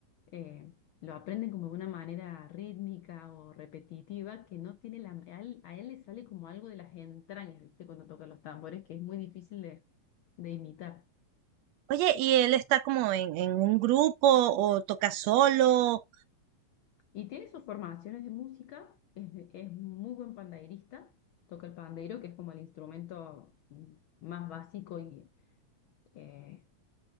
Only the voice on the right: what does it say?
oye, ¿y él está como en, en un grupo o toca solo?